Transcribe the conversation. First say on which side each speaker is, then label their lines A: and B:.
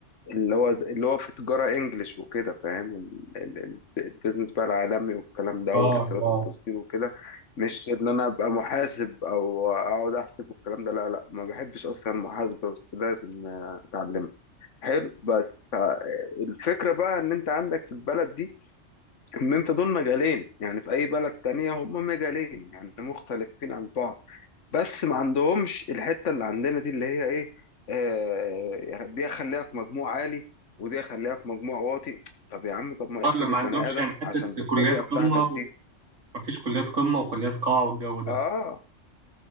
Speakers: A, on the left (about 75°); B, on the right (about 80°).
A: اللي هو ز- اللي هو في تجارة انجلش وكده فاهم ال- ال- ال- البيزنس بقى العالمي والكلام ده
B: أه
A: والاستيراد
B: أه
A: والتصدير وكده مش ان انا ابقى محاسب او اقعد احسب والكلام ده لا لا ما بحبش اصلا المحاسبة بس لازم اتعلمها حلو بس فالفكرة بقى ان انت عندك في البلد دي ان انت دول مجالين يعني في اي بلد تانية هما مجالين يعني مختلفين عن بعض بس ما عندهمش الحته اللي عندنا دي اللي هي ايه آه دي اخليها في مجموع عالي ودي اخليها في مجموع واطي طب يا عم طب ما
B: آه،
A: افرض
B: اللي ما
A: البني
B: عندهمش
A: ادم
B: يعني حتة
A: عشان بالطريقه
B: كليات قمة
A: بتاعتك دي
B: ومفيش كليات قمة وكليات قاع والجو ده
A: اه